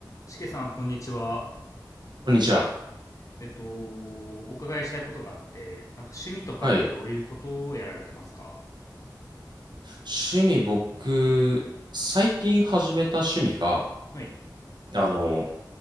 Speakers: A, on the left; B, on the right.
A: しけさん、こんにちは。
B: こんにちは。
A: えっと、お伺いしたいことがあって、なんか趣味とかってどういうことをやられてますか
B: はい。趣味、僕、最近始めた趣味が、
A: はい。
B: あの、